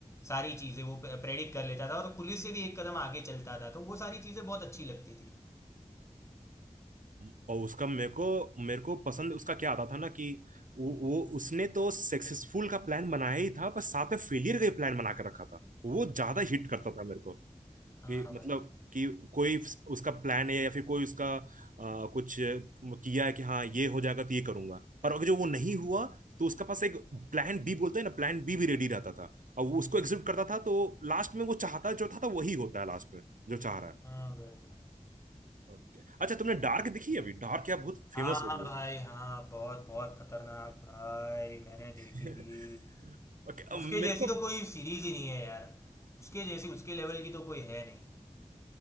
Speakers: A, on the left; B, on the right.
A: सारी चीज़ें वो प्रेडिक्ट कर लेता था और पुलिस से भी एक कदम आगे चलता था तो वो सारी चीज़ें बहुत अच्छी लगती थी
B: हम्म। और उसका मेरे को मेरे को पसंद उसका क्या आता था ना कि वो, वो उसने तो सक्सेसफुल का प्लान बनाया ही था पर साथ में फेलियर का प्लान बना के रखा था वो ज्यादा हिट करता था मेरे को
A: हाँ
B: कि मतलब
A: भाई
B: कि कोई उसका प्लान है या फिर कोई उसका आ, कुछ किया है कि हाँ ये हो जाएगा तो ये करूंगा पर अगर जो वो नहीं हुआ तो उसका पास एक प्लान बी बोलते हैं ना प्लान बी भी रेडी रहता था और वो उसको एग्जीक्यूट करता था तो लास्ट में वो चाहता जो था, था वही होता है लास्ट में जो चाह रहा है
A: हाँ भाई
B: ओके अच्छा तुमने डार्क देखी है अभी डार्क क्या बहुत फेमस
A: हाँ हाँ
B: हो रही
A: भाई हाँ बहुत बहुत खतरनाक भाई मैंने देखी
B: है <laughs>
A: थी
B: Okay, अब
A: उसके
B: मेरे
A: जैसी
B: को
A: तो कोई सीरीज ही नहीं है यार उसके जैसी उसके लेवल की तो कोई है नहीं